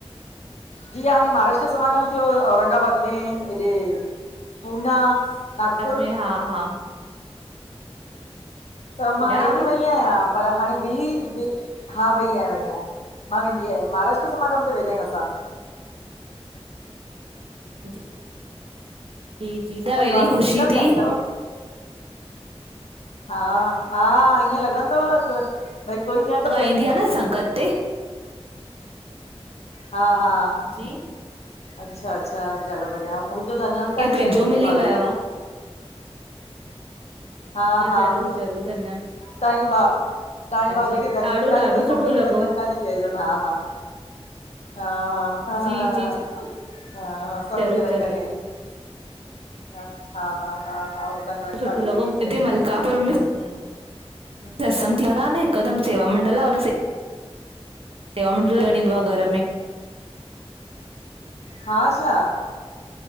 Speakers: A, on the left; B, on the right.
A: जीअं हाणे महाराष्ट्र समागम थियो हुयो औरंगाबाद में हेॾे पूना। नागपुर
B: सात में हा हा
A: त मां
B: विया
A: हेॾे
B: हुआ
A: वेई आहियां पर हाणे दिल्ली बि हा वई आयां वई आयां। मां वेंदी आहिया महाराष्ट्र समागम ते वेंदा आयूं असां।
B: जी, जी जी क
A: भई
B: हेॾी
A: भाभी
B: ख़ुशी
A: गीता बि
B: थी।
A: ॻाईंदा अथव हा हा ईअं लॻंदो आ क भई कोई ॼण त
B: लॻाईंदी
A: पंहिंज
B: आ न संगत ते
A: हा हा
B: जी
A: अच्छा अच्छा ॾाढो बढ़िया मु त धन निरंकार
B: केर
A: जी
B: पंहिंजो
A: चईंजोन
B: मिली
A: बई भाभीअ
B: वियो
A: खे।
B: आहे
A: हा हा
B: ज़रूर ज़रूर धन्यकार
A: तव्हांजी भा तहांजी भाभी
B: जी
A: खे धननिरंकार
B: ॾाढो
A: जी
B: ॾाढो
A: तहांजी ममीअ
B: सुठो
A: खे
B: लॻो
A: धननिरंकार जी। चईंजोन हा हा हा
B: जी
A: हा
B: जी
A: हा असां
B: ज़रूर
A: बि निरंकारी
B: ज़रूर
A: आयूं हा हा हा हा। उधर निरंकार
B: सुठो
A: जी
B: लॻो हिते मलकापुर में
A: <unintelligible>
B: सत्संग घर आ न हिकुदमि सेवा मंडल आ हुन से सेवा मंडल ॾेयणु ईंदो आ घर में।
A: हा आशा।